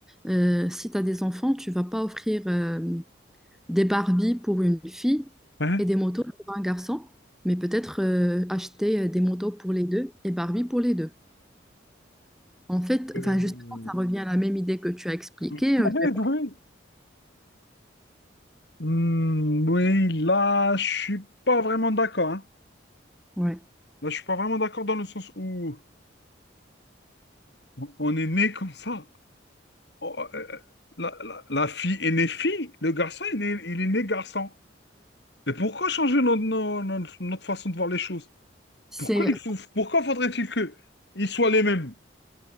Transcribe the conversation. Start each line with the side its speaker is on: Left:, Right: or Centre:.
Centre: euh, si tu as des enfants, tu vas pas offrir euh, des Barbies pour une fille
Left: Hein?
Centre: et des motos pour un garçon, mais peut-être euh, acheter euh, des motos pour les deux et Barbie pour les deux. En fait,
Left: Euh,
Centre: enfin, justement, ça revient à la même idée que tu as expliquée.
Left: Oui,
Centre: euh, je vais pas-
Left: oui. Hmm, oui, là, je suis pas vraiment d'accord. hein.
Centre: Ouais.
Left: Là, je suis pas vraiment d'accord dans le sens où on est né comme ça. Oh, euh, euh, la, la- la fille est née fille, le garçon, il est, il est né garçon. Mais pourquoi changer notre, no- notre, notre façon de voir les choses?
Centre: C'est
Left: Pourquoi il faut, pourquoi faudrait-il que ils soient les mêmes?